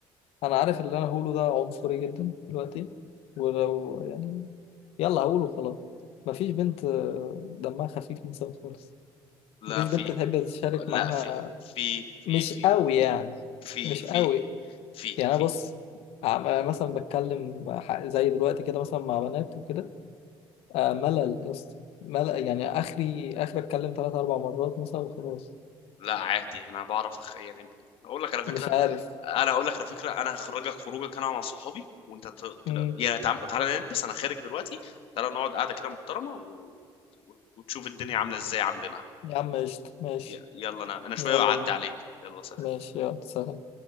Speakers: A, on the left (about 80°); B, on the left (about 70°).
A: أنا عارف اللي أنا هقوله ده عنصري جدا دلوقتي ولو يعني يلا هقوله خلاص مفيش بنت آه، دمها خفيف مثلا خالص
B: لا
A: مفيش
B: في
A: بنت تحب تشارك
B: لا
A: معاها
B: في في في
A: مش
B: في
A: قوي يعني
B: في
A: مش
B: في
A: قوي
B: في
A: يعني
B: في
A: انا بص عم- مثلا بتكلم ح- زي دلوقتي كده مثلا مع بنات وكده آه، ملل يا اسطى ملل يعني اخري اخري اتكلم ثلاث اربع مرات مثلا وخلاص
B: لا عادي انا بعرف أخ... يعني اقول لك على فكره
A: مش عارف
B: انا اقول لك على فكره انا هخرجك خروجك انا مع صحابي وانت ت... كده
A: امم
B: يعني تعال... تعال نلبس انا خارج دلوقتي تعال نقعد قاعده كده محترمه و... وتشوف الدنيا عامله ازاي عندنا
A: يا عم قشطة ماشي
B: ي... يلا انا انا شويه
A: يلا
B: وأعدي
A: بينا
B: عليك يلا سلام
A: ماشي يلا سلام